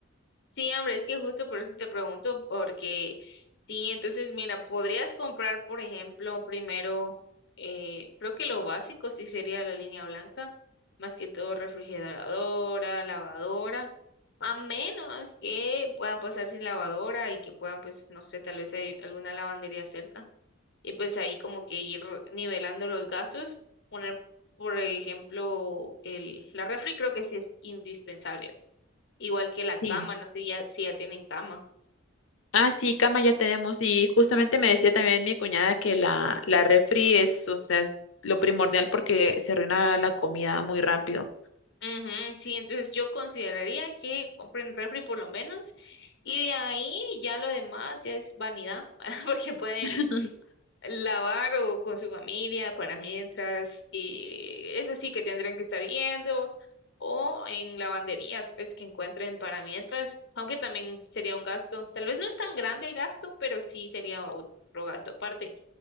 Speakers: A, on the left; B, on the left.
A: Sí, hombre, es que justo por eso te pregunto, porque sí, entonces mira, podrías comprar, por ejemplo, primero, eh, creo que lo básico sí sería la línea blanca, más que todo refrigeradora, lavadora, a menos que puedan pasar sin lavadora y que puedan, pues, no sé, tal vez hay alguna lavandería cerca. y pues ahí como que ir nivelando los gastos, poner, por ejemplo, el, la refri creo que sí es indispensable, igual que la
B: Sí.
A: cama, no sé ya, si ya tienen cama.
B: Ah, sí, cama ya tenemos. Y justamente me decía también mi cuñada que la, la refri es, o sea, es lo primordial porque se arruina la comida muy rápido.
A: Ujú, sí, entonces yo consideraría que compren refri por lo menos y de ahí ya lo demás ya es vanidad, <laughs> porque pueden
B: <laughs>
A: lavar o con su familia para mientras, y eso sí que tendrán que estar yendo, o en lavanderías, pues que encuentren para mientras, aunque también sería un gasto, tal vez no es tan grande el gasto, pero sí sería otro gasto aparte.